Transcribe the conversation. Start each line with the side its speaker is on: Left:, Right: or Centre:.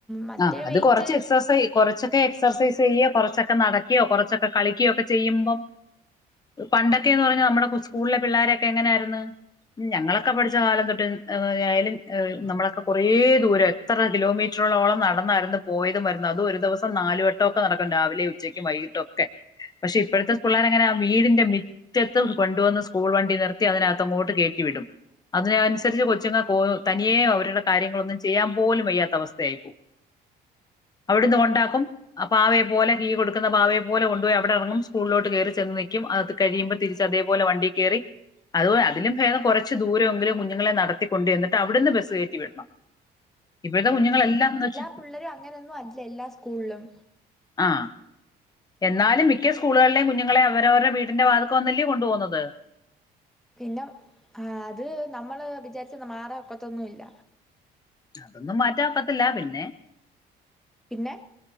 Centre: മറ്റേ
Left: ആഹ് അത്
Centre: വെയ്റ്റ്.
Left: കൊറച്ച് എക്സസൈ കൊറച്ചൊക്കെ എക്സർസൈസ് ചെയ്യോ കൊറച്ചൊക്കെ നടക്കുയോ കൊറച്ചൊക്കെ കളിക്കിയോ ഒക്കെ ചെയ്യുമ്പം. പണ്ടൊക്കേന്ന് പറഞ്ഞാൽ നമ്മുടെ കു സ്കൂളിലെ പിള്ളാരൊക്കെ എങ്ങനായിരുന്നു? ഞങ്ങളൊക്കെ പഠിച്ച കാലം തൊട്ട് ആഹ് ആയിലും ഏഹ് നമ്മളൊക്കെ കുറെ ദൂരം എത്ര കിലോമീറ്ററോള്ളോളം. നടന്നായിരുന്നു പോയതും വരുന്നു അതും ഒരു ദിവസം നാലുവട്ടൊക്കെ നടക്കും, രാവിലെ ഉച്ചക്കും വൈകിട്ട് ഒക്കെ. പക്ഷെ ഇപ്പോഴത്തെ പുള്ളേരെ എങ്ങനെ ആഹ് വീടിന്റെ മി റ്റത്തും കൊണ്ടു വന്ന് സ്കൂൾ വണ്ടി നിർത്തി അതിനകത്തങ്ങോട്ട് കയറ്റി വിടും. അതിനനുസരിച്ച് കൊച്ചുങ്ങൾക്ക് പോ തനിയേ അവരുടെ കാര്യങ്ങളൊന്നും ചെയ്യാൻ പോലും വയ്യാത്ത അവസ്ഥയായി പോവും. അവിടുന്ന് കൊണ്ടാക്കും. ആഹ് പാവയെ പോലെ കീ കൊടുക്കുന്ന പാവയെ പോലെ കൊണ്ടുപോയി അവിടെ ഇറങ്ങും സ്കൂളിലോട്ട് കയറി ചെന്നു നിക്കും, അകത്ത് കഴിയുമ്പോള്. തിരിച്ച് അതേപോലെ വണ്ടിയെ കേറി. അത് പോ അതിലു ഭേദം കൊറച്ച് ദൂരെങ്കിലും കുഞ്ഞുങ്ങളെ നടത്തിക്കൊണ്ടു ചെന്നിട്ട് അവിടുന്ന് ബസ് കയറ്റി വിടണം. ഇപ്പോഴത്തെ കുഞ്ഞുങ്ങളെല്ലാന്ന് വെച്ചാ.
Centre: പിള്ളരും അങ്ങനെയെന്നും അല്ല എല്ലാ സ്കൂളും.
Left: ആഹ് എന്നാലും മിക്ക സ്കൂളുകളിലും കുഞ്ഞുങ്ങളെ അവരവരുടെ വീട്ടിന്റെ വാതുക്കെ വന്നല്ലേ കൊണ്ടു പോകുന്നത്.
Centre: പിന്നം ആഹ് അത് നമ്മള് വിചാരിച്ച മാറാ ഒക്കത്തൊന്നുല്ല.
Left: അതൊന്നും മാറ്റാൻ ഒക്കത്തില്ല പിന്നെ.
Centre: പിന്നെ